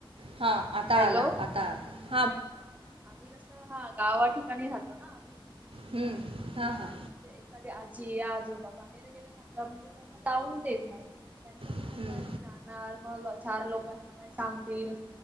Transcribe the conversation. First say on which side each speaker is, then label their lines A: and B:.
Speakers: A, on the right; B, on the right.
A: हा आता
B: हॅलो
A: आला आता आ
B: हा आम्ही कस हा गावा ठिकाणी राहतो ना आम्ही
A: हं,
B: आम इथ
A: हां
B: क
A: हां
B: आहे म्हणजे एखादी जी आजोबा बाहेर गेलेलाता म्हणजे त्यांना जाऊन देत नाही त्यांच म्हणणं
A: हं,
B: काय हे जाणार मगचार लोक हना काय सांगतील